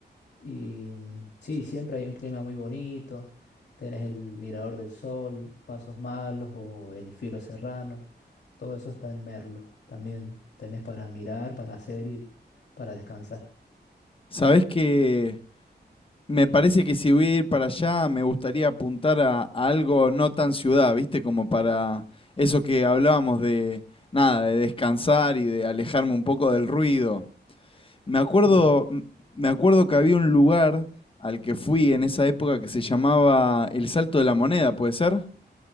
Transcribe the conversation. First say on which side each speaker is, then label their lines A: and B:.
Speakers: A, on the left (about 75°); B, on the left (about 30°).
A: Y mm, sí, siempre hay un clima muy bonito, tenés el Mirador del Sol, Pasos Malos o el Filo Serrano, todo eso está en Merlo. También tenés para mirar, para hacer y para descansar.
B: ¿Sabés que Me parece que si voy a ir para allá, me gustaría apuntar a, a algo no tan ciudad, ¿viste? Como para eso que hablábamos de, nada, de descansar y de alejarme un poco del ruido. Me acuerdo,
A: Ujú.
B: m- me acuerdo que había un lugar al que fui en esa época que se llamaba El Salto de la Moneda, ¿puede ser?